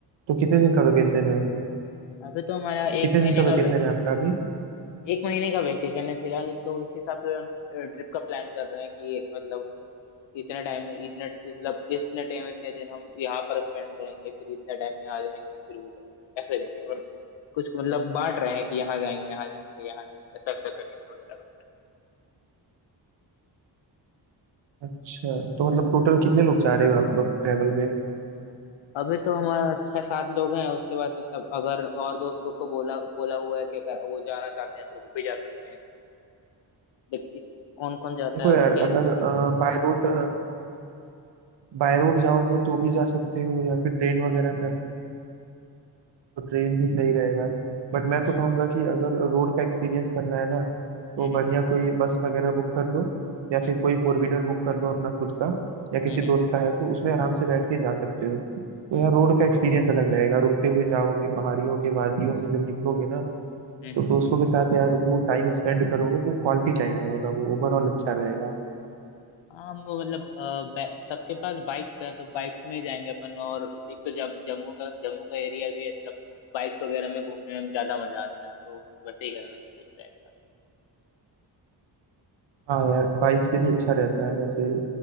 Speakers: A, on the right; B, on the left.
A: तो कितने दिन का वेकेशन है
B: अभी तो हमारा
A: कितने
B: एक महीने
A: दिन का वेकेशन
B: का वे,
A: है आपका अभी
B: एक महीने का वेकेशन है फिलहाल तो इस हिसाब से हम ट्रिप का प्लान कर रहे हैं कि मतलब इतने टाइम में इतने मतलब इतने टाइम इतने दिन हम यहाँ पर स्पेंड करेंगे फिर इतना टाइम यहाँ जाएंगे फिर वो करेंगे ऐसे करके मतलब कुछ मतलब बांट रहे हैं कि यहाँ जाएंगे यहाँ जाएंगे यहाँ जाएंगे, ऐसा ऐसा करेंगे वगैरह वगैरह
A: अच्छा तो मतलब टोटल कितने लोग जा रहे हो आप लोग ट्रेवल में
B: अभी तो हमारा छह सात लोग हैं उसके बाद मतलब अगर और दोस्तों को बोला बोला हुआ है कि अगर वो जाना चाहते हैं तो वो भी जा सकते हैं व्यक्ति कौन कौन जाता
A: देखो
B: है
A: यार
B: उनके
A: अगर
B: पर डिपेंड
A: बाय रोड बाय रोड जाओगे तो भी जा सकते हो या फिर ट्रेन वगैरह कर तो ट्रेन भी सही रहेगा बट मैं
B: हम्म
A: तो कहूंगा कि अगर रोड का एक्सपीरियंस करना है ना तो
B: हम्म
A: बढ़िया कोई बस वगैरह बुक कर लो या फिर
B: हम्म
A: कोई फोर व्हीलर बुक कर लो अपना खुद का या किसी
B: हम्म
A: दोस्त का है तो उसमें आराम से बैठ के जा सकते हो तो
B: हम्म
A: यार रोड का एक्सपीरियंस अलग रहेगा रुकते हुए जाओगे पहाड़ियों के वादियों से जब निकलोगे ना
B: हम्म हम्म,
A: तो दोस्तों के साथ यार वो टाइम स्पेंड करोगे तो क्वालिटी टाइम रहेगा वो ओवरऑल
B: हाँ
A: अच्छा रहेगा
B: हाँ हम मतलब अ, बै- सबके पास बाइक्स हैं तो बाइक्स में ही जाएंगे अपन और एक तो जम, जम्मू का जम्मू का एरिया भी है मतलब बाइक्स वगैरह में घूमने में ज्यादा मजा आता है तो वैसे ही करना कुछ रहेगा
A: हाँ यार बाइक से भी अच्छा रहता है वैसे